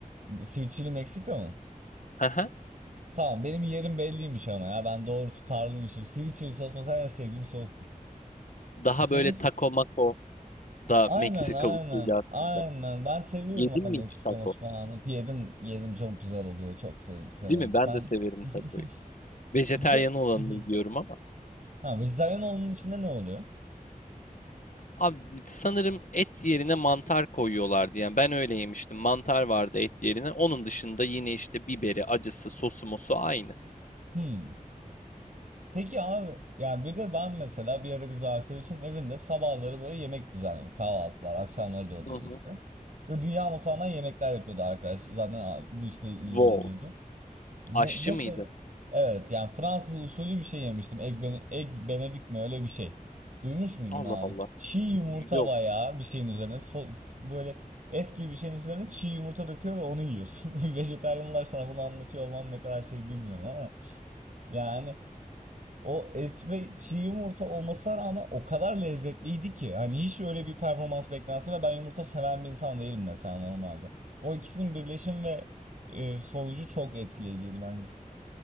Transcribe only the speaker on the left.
Hı hı.
Daha
böyle taco mako da
Meksika
usulü aslında.
Yedin
mi
hiç taco?
Değil mi? Ben
de severim
tacoyu. Vejetaryen
olanını
yiyorum ama.
Abi sanırım et yerine mantar koyuyorlardı. Yani ben öyle yemiştim. Mantar vardı et yerine. Onun dışında yine işte biberi, acısı, sosu mosu aynı.
Hı hı.
Wow.
Aşçı
mıydı?
Allah
Allah.
Yok.